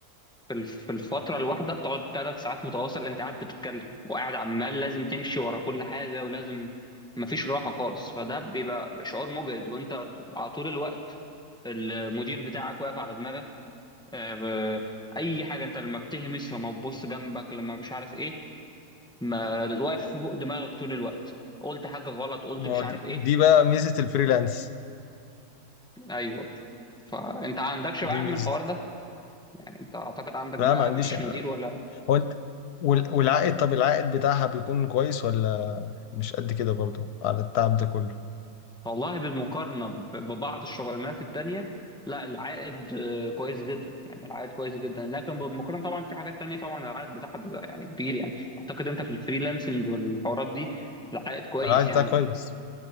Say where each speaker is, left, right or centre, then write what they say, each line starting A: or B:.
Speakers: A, in the centre; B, on the left.
A: في الف- في الفتره الواحده بتقعد 3 ساعات متواصل انت قاعد بتتكلم وقاعد عمال لازم تمشي ورا كل حاجه ولازم مفيش راحه خالص فده بيبقى شعور مجهد وانت على طول الوقت المدير بتاعك واقف على دماغك آه، ب- اي حاجه انت لما بتهمس لما تبص جنبك لما مش عارف ايه ما واقف فوق دماغك طول الوقت قلت حاجة غلط قلت
B: ما هو
A: مش
B: دي,
A: عارف ايه
B: دي بقى ميزه الفريلانس
A: ايوه فانت عندكش بقى
B: دي
A: يا عم
B: ميزه
A: الحوار ده يعني انت اعتقد عندك
B: لا
A: بقى
B: ما عنديش
A: مفيش مدير ولا
B: هو انت وال- والعائد طب العائد بتاعها بيكون كويس ولا مش قد كده برضو على التعب ده كله
A: والله بالمقارنة ب- ببعض الشغلانات التانية لا العائد آه، كويس جدا يعني العائد كويس جدا لكن بالمقارنة طبعا في حاجات تانية طبعا العائد بتاعها بيبقى يعني كبير يعني اعتقد انت في الفريلانسنج والحوارات دي العائد كويس
B: العائد بتاعها
A: يعني
B: كويس